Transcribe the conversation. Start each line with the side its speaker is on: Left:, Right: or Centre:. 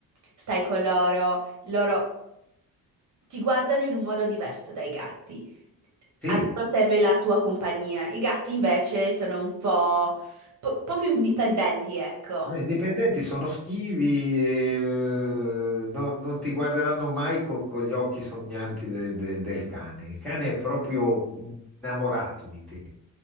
Right: stai con loro, loro ti guardano in un modo diverso dai gatti.
Centre: Sì.
Right: A loro serve la tua compagnia. I gatti invece sono un po', po- un po' più indipendenti, ecco.
Centre: Sì, I dipendenti sono schivi e eh, no- non ti guarderanno mai co- con gli occhi sognanti de- de- del cane. Il cane è proprio innamorato di te.